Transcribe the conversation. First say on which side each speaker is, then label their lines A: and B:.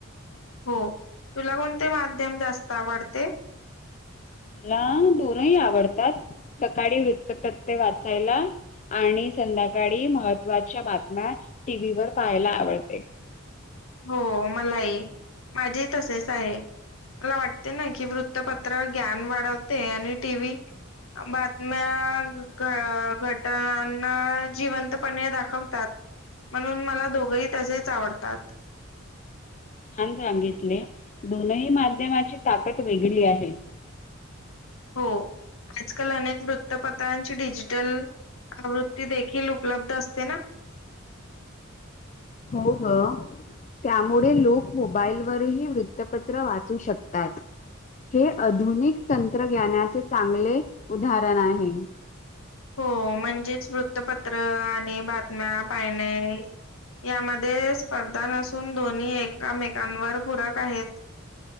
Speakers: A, on the left; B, on the left.
A: हो तुला कोणते माध्यम जास्त आवडते? <unintelligible>
B: मला दोनही आवडतात सकाळी वृत्त प्रत्यय वाचायला. <unintelligible> आणि संध्याकाळी महत्त्वाच्या बातम्या टीव्हीवर पाहायला आवडते. <unintelligible>
A: हो मलाही माझेही तसेच आहे. <unintelligible> मला वाटते ना की वृत्तपत्रावर ग्ञन वाढवते आणि टी व्ही <unintelligible> बातम्या घ घटनांना जिवंतपणे दाखवतात म्हणून मला दोघंही तसेच आवडतात
B: छान सगितले दोनही माध्यमाची ताकद वेगळी आहे <unintelligible>
A: हो आजकाल अनेक वृत्तपत्रांची डिजिटल <unintelligible> आवृत्ती देखील उपलब्ध असते ना
B: हो ग त्यामुळे लोक मोबाईलवररही वृत्तपत्र वाचू शकतात. <unintelligible> हे आधुनिक तंत्रज्ञानाचे चांगले उदाहरण आहे
A: हो... म्हणजेच वृत्तपत्र आणि बातम्या पायणे. यामध्ये स्पर्धा नसून दोन्ही एकामेकांवर पूरक आहेत.